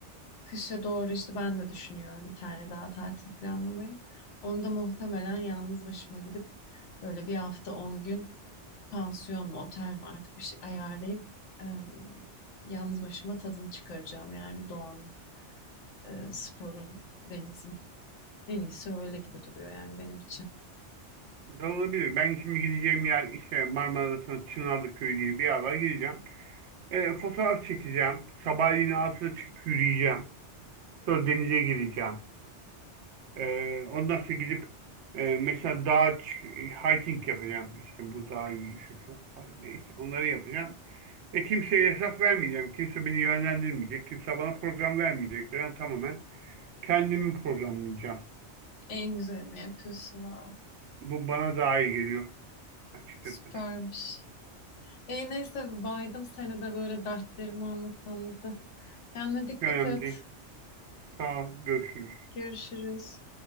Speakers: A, on the left (about 75°); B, on the right (about 70°).
A: kışa doğru işte ben de düşünüyorum bir tane daha tatil planlamayı. Onda muhtemelen yalnız başıma gidip böyle bir hafta 10 gün pansiyon mu otel mi artık bir şey ayarlayıp e, yalnız başıma tadını çıkaracağım yani doğanın e, sporun, denizin. En iyisi öyle gibi duruyor yani benim için.
B: Güzel olabilir. Ben şimdi gideceğim yer işte Marmara'da Çınarlı Köyü diye bir yer var. Gideceğim. E, fotoğraf çekeceğim. Sabahleyin ağzına çıkıp yürüyeceğim. Sonra denize gireceğim. Ee, ondan sonra gidip e, mesela dağa çık- hiking yapacağım. İşte bu dağ yürüyüşü falan. Neyse onları yapacağım. Ve kimseye hesap vermeyeceğim. Kimse beni yönlendirmeyecek. Kimse bana program vermeyecek. Ben tamamen kendimi programlayacağım.
A: En güzelini yapıyorsun. Vav.
B: Bu bana daha iyi geliyor açıkçası.
A: Süpermiş. E, neyse baydım seni de böyle dertlerimi anlat anlata. Kendine dikkat
B: Önemli
A: et.
B: değil. Sağ ol. Görüşürüz.
A: Görüşürüz.